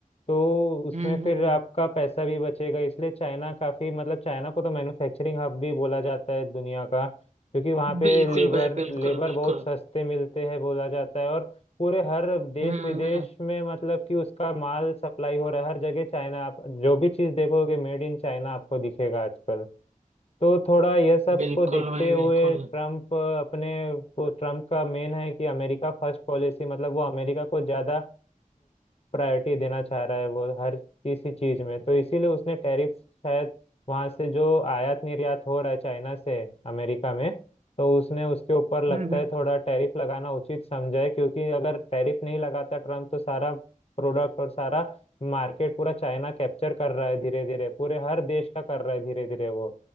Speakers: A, on the left; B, on the right.
A: तो उसमें
B: हम्म,
A: फिर
B: हम्म,
A: आपका पैसा भी बचेगा इसलिए चाइना काफी मतलब चाइना को तो मैन्युफैक्चरिंग हब भी बोला जाता है दुनिया का क्योंकि वहाँ पे
B: बिल्कुल
A: लेबर
B: भाई बिल्कुल
A: लेबर
B: बिल्कुल
A: बहुत सस्ते मिलते हैं बोला जाता है और पूरे हर देश
B: हम्म
A: विदेश
B: हम्म,
A: में मतलब कि उसका माल सप्लाई हो रहा है हर जगह चाइना आप जो भी चीज देखोगे मेड इन चाइना आपको दिखेगा आजकल तो थोड़ा यह सब
B: बिल्कुल
A: को देखते
B: भाई
A: हुए
B: बिल्कुल
A: ट्रम्प अपने वो ट्रम्प का मेन है कि अमेरिका फर्स्ट पॉलिसी मतलब वो अमेरिका को ज़्यादा प्रायोरिटी देना चाह रहा है वो हर किसी चीज़ में तो इसीलिए उसने टैरिफ शायद वहाँ से जो आयात निर्यात हो रहा है चाइना से अमेरिका में तो उसने उसके ऊपर लगता
B: हम्म
A: है
B: हम्म,
A: थोड़ा टैरिफ लगाना उचित समझा है क्योंकि अगर टैरिफ नहीं लगाता ट्रम्प तो सारा प्रोडक्ट और सारा मार्केट पूरा चाइना कैप्चर कर रहा है धीरे धीरे पूरे हर देश का कर रहा है धीरे धीरे वो